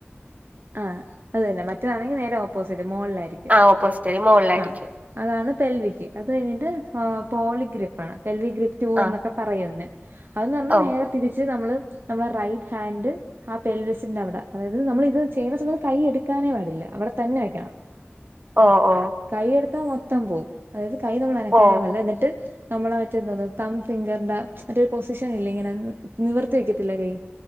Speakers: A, on the right (about 55°); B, on the right (about 35°).
A: ആഹ് അതെന്നെ മറ്റതാണെങ്കി നേരെ ഓപ്പോസിറ്റ് മോള്ലായിരി ക്ക്യും
B: ആഹ് ഓപ്പോസിറ്റ് അല്ല മോളിലായിരിക്കും
A: ആഹ് അതാണ് പെൽവിക്ക് അത് കഴിഞ്ഞിട്ട് ആഹ് പോളി ഗ്രിപ്പാണ് പെൽവി ഗ്രിപ്പ് ടൂ
B: ആഹ്
A: എന്നൊക്കെ പറയതിനെ അത് ന്നർഞ്ഞാ
B: ഓ
A: നേരെ തിരിച്ച് നമ്മള് നമ്മളെ റൈറ്റ് ഹാൻഡ് ആ പെൽവിസിന്റെ അവിടെ അതായത് നമ്മള് ഇത് ചെയ്യ്ണ സമയത്ത് കൈയ്യ് എടുക്കാനേ പാടില്ല അവിടെ തന്നെ വെയ്ക്കണം
B: ഓഹ് ഓഹ്
A: കൈയെടുത്താ മൊത്തം പോവും അതായത് കൈ നമ്മള് അനക്കാനേ
B: ഓ
A: പാട്ല്ല എന്നിട്ട് നമ്മളെ മറ്റേ എന്തോന്ന് തം ഫിംഗറ്ന്റെ മറ്റൊരു പൊസിഷനില്ലേ ഇങ്ങനെ ന് നിവർത്തി വെക്ക്യത്തില്ലെ കൈ